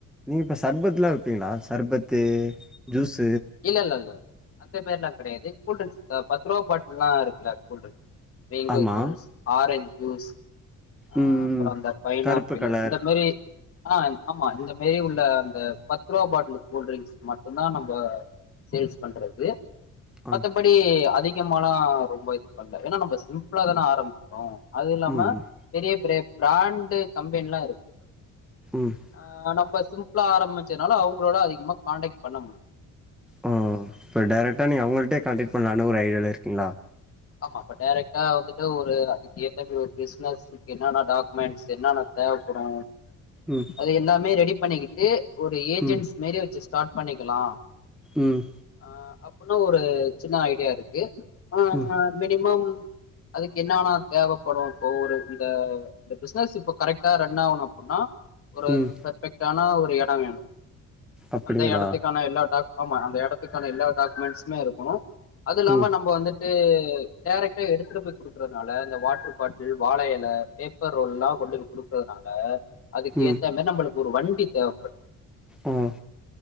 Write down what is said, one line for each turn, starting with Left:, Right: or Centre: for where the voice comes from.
Centre: நீங்கள் இப்போ சர்பத்துலா விப்பீங்களா சர்பத்து ஜூஸ்
Left: இல்ல இல்ல அந்த பேர் எல்லாம் கிடையாது கூல்ட்ரிங்க்ஸ் பத்து ரூபா பாட்டில் எல்லாம் இருக்குல்ல கூல்ட்ரிங்க்ஸ் மேங்கோ
Centre: ஆமா
Left: ஜூஸ் ஆரஞ்ச் ஜூஸ் ஜூஸ் அஹ
Centre: ம்
Left: அப்புறம் அந்த பைனாப்பிள்
Centre: கருப்பு கலர்
Left: அந்த மாதிரி ஆஹ் ஆமா இந்த மாரி உள்ள அந்த பத்து ரூபா பாட்டில் கூல்டரிங்க்ஸ் மட்டும் தான் நம்ம சேல்ஸ் பண்ணுறது
Centre: ஆ
Left: மத்தபடி அதிக முக்கமான ரொம்ப இது பண்ணல ஏன்னா நம்ம சிம்பிளா தானே ஆரம்பிசேம் அது இல்லாம
Centre: ம் ம்
Left: பெரிய பெரிய பிராண்டு கம்பெனி எல்லாம் இருக்கு
Centre: ம்
Left: ஆஹ் நம்பா சிம்பிள ஆரம்பிச்சதனால அவங்களோட அதிகமா கான்டெக்ட் பண்ண முடியல
Centre: ஓ இப்போ டைரெக்டா நீங்க அவங்கள்ட்டயே கான்டெக்ட் பண்லான்னு ஒரு ஐடியாவுல இருக்கீங்களா
Left: ஆமா அப்ப டைரெக்டா வந்துட்டு ஒரு அதுக்கு ஏத்த மாரி ஒரு ஃபீஸ் என்னஸ் என்னென்ன டாக்குமெண்ட்ஸ் என்னென்ன தேவைப்படு
Centre: ம்
Left: அது எல்லாமே ரெடி பண்ணிக்கிட் ஏ ஒரு ஏஜென்சி
Centre: ம்
Left: மாரி வச்சு ஸ்டாட் பண்ணிக்கலா
Centre: ம்
Left: அஹ் அப் இன்னு ஒரு சின்ன ஐடியா இருக்கு ஆ
Centre: ம்
Left: மினிமம் அதுக்கு என்ன என்ன தேவைப்படு இப்போ ஒரு இந்த இந்த பிஸ்னஸ் இப்போ கரக்ட்டா ரன் ஆகணு அப்டின்னா ஒரு
Centre: ம்
Left: பர்ஃபெக்ட் ஆன ஒ ரு எடோ வேணு
Centre: அப்டிங்களா
Left: அந்த எடத்துக்கான எல்லா டாக் ஆமா அந்த எடத்துக்கான எல்லா டாக்குமெண்ட்ஸுமே இருக்கணு அது இல்லாம
Centre: ம்
Left: நம்ப வந்துட்டு ட்டு டைரெக்டா எடுத்துட்டு போய் குடுக்கறதனால அந்த வாட்டர் பாட் டில் வாழையெல பேப்பர் ரோல்லா கொண்டு போய் குடுக்கறதுனால அதுக்கு
Centre: ம்
Left: ஏத்த மாரி நம்பளுக்கு ஒரு வண்டி தேவப் ஓக
Centre: ம்